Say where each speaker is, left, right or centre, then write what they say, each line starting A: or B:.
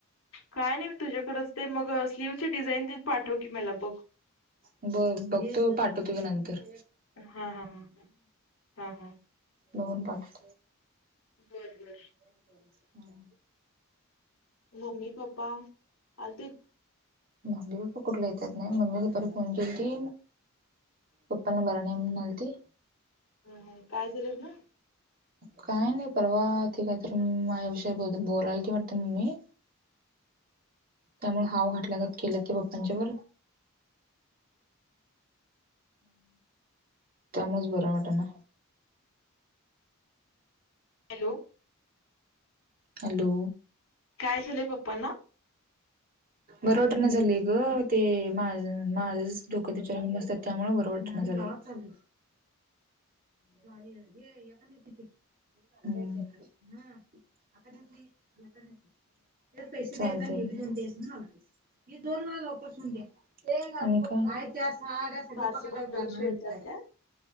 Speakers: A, on the left; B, on the right.
A: काय नाही मी तुझ्याकडेच ते मग स्लीव्ह डिझाईन देन पाठव की मला बघ
B: ब बघतो पाठवतोी नंतर
A: हा हा ह हा हा
B: लगन पाठ
A: बरं बरं
B: हा
A: मम्मी पप्पा आल ते
B: मम्मी पप्पा कुठला येतात नाही मम्मी दुपारी फोन केली की पप्पा न बरणेम नलती
A: ह काय झालं ना
B: काय नाही परवा ते काहीत माझ्याविषयी ब बोलायला की वाटत मम् मी त्यामुळे हाव घाटला घात केलं ते बाप्पांच्या व त्यामुळेच बर वाट ना
A: हॅलो
B: हॅलो
A: काय झालंय पप्पना
B: बरं वाटना झालेय गं ते माझ माझ डोकं <inaudible> त्यामुळे बरं वाटना झालंय. आता <inaudible> चालतंय ही दोन तेवढ लवकर शिवून दया. आहेत त्या साड्या सगळ्या
A: सासूबाई
B: पाक काढणार
A: ब्लाऊज शिवतात
B: आहे मी
A: काय